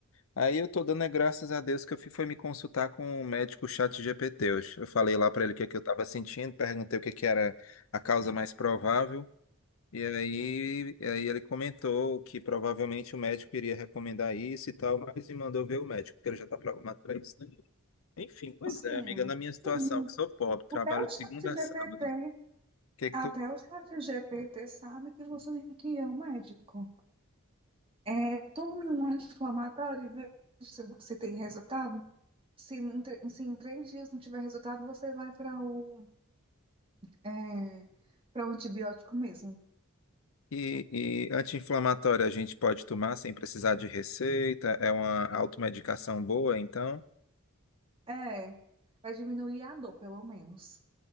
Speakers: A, on the left (about 70°); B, on the right (about 25°).
A: Aí eu tô dando é graças a Deus que eu fui foi me consultar com um médico chat GPT. Eu eu falei lá pra ele o que é que eu tava sentindo, perguntei o que é que era a causa mais provável. E aí, e aí ele comentou que provavelmente o médico iria recomendar isso e tal, mas me mandou ver o médico, porque ele já tá programado pra isso, né? Enfim, pois
B: Assim,
A: é, amiga, na minha
B: sim,
A: situação,
B: mas
A: que sou pobre, trabalho
B: até
A: de
B: o
A: segunda
B: chat
A: a sábado.
B: GPT,
A: Que é
B: até
A: que tu...
B: o chat GPT sabe que você tem que ir ao médico. É, tome um anti-inflamatório e veja se você tem resultado. Se em, tre- se em três dias não tiver resultado, você vai para o É, para o antibiótico mesmo.
A: E, e anti-inflamatório a gente pode tomar sem precisar de receita, é uma automedicação boa, então.
B: É, vai diminuir a dor, pelo menos.